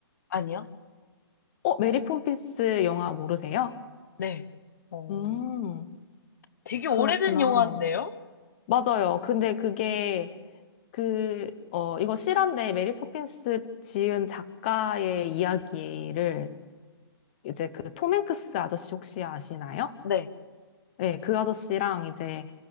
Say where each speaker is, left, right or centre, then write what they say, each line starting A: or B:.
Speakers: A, on the left; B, on the left.
A: 아니요?
B: 어, 메리 포핀스 영화 모르세요?
A: 네. 어,
B: 음,
A: 되게 오래된
B: 그렇구나.
A: 영화인데요?
B: 맞아요. 근데 그게, 그, 어, 이거 실화인데 메리 포핀스 지은 작가의 이야기를 이제 그 톰 행크스 아저씨 혹시 아시나요?
A: 네.
B: 네, 그 아저씨랑 이제